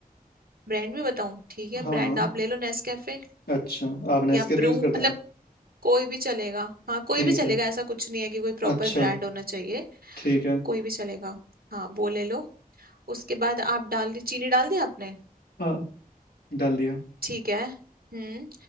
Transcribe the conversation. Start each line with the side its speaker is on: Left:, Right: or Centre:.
Right: ब्रांड भी बताऊँ ठीक है
Left: हाँ
Right: ब्रांड आप ले लो नेस्कैफे
Left: अच्छा आप नेस्कैफे
Right: या ब्रू
Left: यूज करते
Right: मतलब
Left: हैं
Right: कोई भी चलेगा हाँ कोई
Left: ठीक
Right: भी चलेगा
Left: है
Right: ऐसा कुछ नहीं है कि कोई प्रॉपर
Left: अच्छा
Right: ब्रांड होना चाहिए
Left: ठीक है
Right: कोई भी चलेगा हाँ वो ले लो उसके बाद आप डाल दी चीनी डाल दी आपने
Left: हाँ डाल दिया
Right: ठीक है हम्म